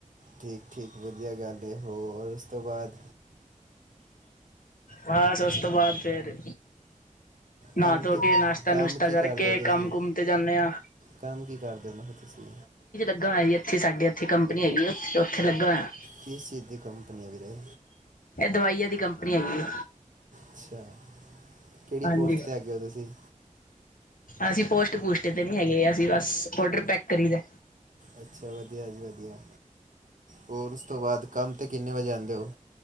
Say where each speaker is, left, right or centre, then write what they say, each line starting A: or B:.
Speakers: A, on the right; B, on the left.
A: ਠੀਕ ਠੀਕ ਵਧੀਆ ਗੱਲ ਹੈ ਹੋਰ ਉਸ ਤੋਂ ਬਾਅਦ?
B: ਬਸ ਉਸ ਤੋਂ ਬਾਅਦ ਫਿਰ। ਨਾ
A: ਕੰਮ
B: ਧੋ
A: ਤੇ
B: ਕੇ ਨਾਸ਼ਤਾ
A: ਕੰਮ
B: ਨੁਸ਼ਤਾ
A: ਕੀ
B: ਕਰਕੇ
A: ਕਰਦੇ ਹੋ ਤੁਸੀਂ
B: ਕੰਮ ਕੁਮ ਤੇ ਜਾਂਨੇ ਆ।
A: ਕੰਮ ਕੀ ਕਰਦੇ ਮੈਂ ਕਿਹਾ ਤੁਸੀਂ?
B: ਲੱਗਾ ਜ ਇੱਥੇ ਸਾਡੇ ਇੱਥੇ ਕੰਪਨੀ ਹੈਗੀ ਉੱਥ ਉੱਥੇ ਲੱਗਾ ਹੋਇਆ।
A: ਕਿਸ ਚੀਜ਼ ਦੀ ਕੰਪਨੀ ਵੀਰੇ?
B: ਇਹ ਦਵਾਈਆਂ ਦੀ ਕੰਪਨੀ ਹੈਗੀ ਏ।
A: ਅੱਛਾ ਕਿਹੜੀ
B: ਹਾਂਜੀ
A: ਪੋਸਟ ਤੇ ਹੈਗੇ ਹੋ ਤੁਸੀਂ?
B: ਅਸੀਂ ਪੋਸਟ ਪੂਸਟ ਤੇ ਨਹੀਂ ਹੈਗੇ ਅਸੀਂ ਬਸ ਆਰਡਰ ਪੈਕ ਕਰੀ ਦਾ।
A: ਅੱਛਾ ਵਧੀਆ ਜੀ ਵਧੀਆ। ਹੋਰ ਉਸ ਤੋਂ ਬਾਅਦ ਕੰਮ ਤੇ ਕਿੰਨੇ ਵਜੇ ਆਉਂਦੇ ਹੋ